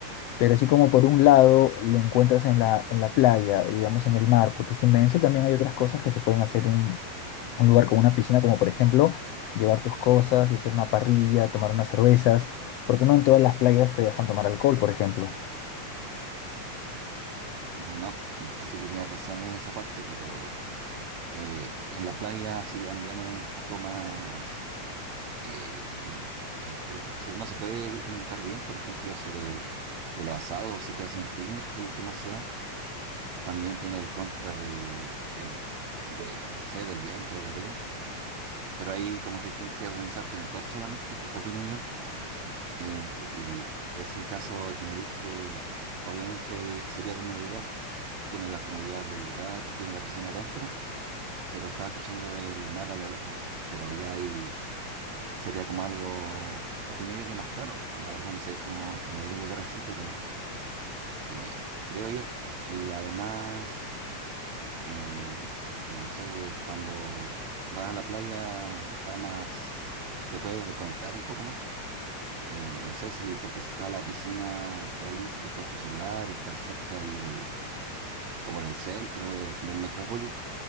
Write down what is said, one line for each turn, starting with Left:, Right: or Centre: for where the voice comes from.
Left: Pero así como por un lado lo encuentras en la, en la playa, digamos en el mar, porque es inmenso, también hay otras cosas que se pueden hacer en un lugar con una piscina, como por ejemplo llevar tus cosas y hacer una parrilla, tomar unas cervezas, porque no en todas las playas te dejan tomar alcohol, por ejemplo.
Right: no. <laughs> Así que tienes razón en esa parte, pero... Eh, en la playa sí también es un poco más... eh, eh, eh, eh, se- no se puede implementar bien, por ejemplo, eso de, de los asados, o sí que hacen un picnic, que es lo que más se da. También tiene el contra de, eh, de, no sé, del viento, de la arena. Pero ahí como que tienes que organizarte mejor solamente, que- opino yo. Eh, y ese caso que me diste, obviamente sería como lo ideal. Tiene la comodidad del lugar, tiene la piscina adentro. pero estaba escuchando el mar a lo lejos. Pero ya ahí sería como algo, opino yo que más caro. La verdad no sé, no, no he ido a un lugar así, pero eh, creo yo. Y además, eh, no sé, cuando vas a la playa está más, te puedes desconectar un poco más. Eh, no sé si, porque si estás a la piscina, probablemente estés con tu celular, estás cerca ahí del, como del centro, del, del metrópoli.